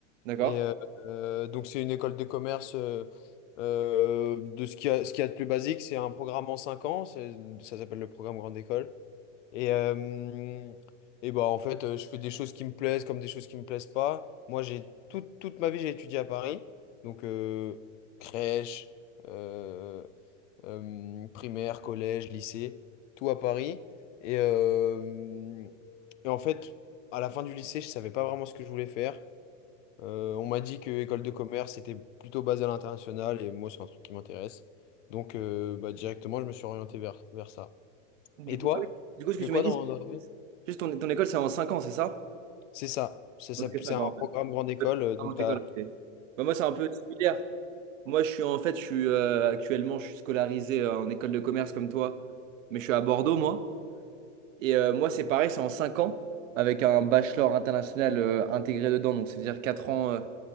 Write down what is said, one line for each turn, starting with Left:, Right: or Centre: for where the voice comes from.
Right: D'accord.
Left: Et euh, euh, donc, c'est une école de commerce euh, euh, de ce qu'il y a, ce qu'il y a de plus basique. C'est un programme en 5 ans, c'est- ça s'appelle le programme Grande École. Et, euh, et bah, en fait, euh, je fais des choses qui me plaisent comme des choses qui me plaisent pas. Moi, j'ai toute, toute ma vie, j'ai étudié à Paris, donc euh, crèche. euh, euh, primaire, collège, lycée, tout à Paris. Et, euh, et en fait, à la fin du lycée, je savais pas vraiment ce que je voulais faire. Euh, on m'a dit que école de commerce c'était plutôt basé à l'international et moi, c'est un truc qui m'intéresse. Donc, euh, bah, directement, je me suis orienté vers, vers ça.
Right: Du
Left: Et
Right: coup,
Left: toi,
Right: ah oui. Du coup, ce
Left: tu
Right: que tu
Left: fais quoi
Right: m'as dit,
Left: dans,
Right: c'est
Left: dans la vie?
Right: juste ton, ton école, c'est en 5 ans, c'est ça?
Left: C'est ça. Ça, ça-
Right: Ok,
Left: c'est
Right: 5
Left: un
Right: ans. en
Left: programme grande école. euh, Donc,
Right: Ah, mon école,
Left: tu as,
Right: ok. Bah, moi, c'est un peu similaire. Moi, je suis en fait, je suis euh, actuellement, je suis scolarisé euh, en école de commerce comme toi, mais je suis à Bordeaux, moi. Et euh, moi, c'est pareil, c'est en 5 ans, avec un bachelor international euh, intégré dedans. Donc, c'est-à-dire 4 ans euh,